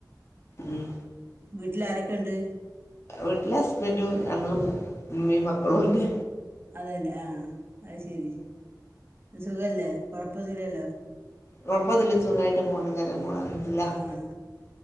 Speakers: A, on the left (about 40°); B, on the right (about 30°).
A: ഉം
B: വീട്ടിലാരൊക്കേണ്ട്
A: വീട്ടില് ഹസ്ബൻ്റും ഞങ്ങള് മൂ ഉമ്മീം മക്കളുവാണ്
B: അതെല്ലേ ആഹ് അത് ശരി പിന്നെ സുഖല്ലേ കൊഴപ്പൊന്നുല്ലല്ലോ
A: കൊഴപ്പൊന്നൂല്ല സുഖായിട്ട് പോണ്ങ്ങനെ പോണ് അൽഹംദുലില്ലാഹ്
B: ആഹ് ആഹ്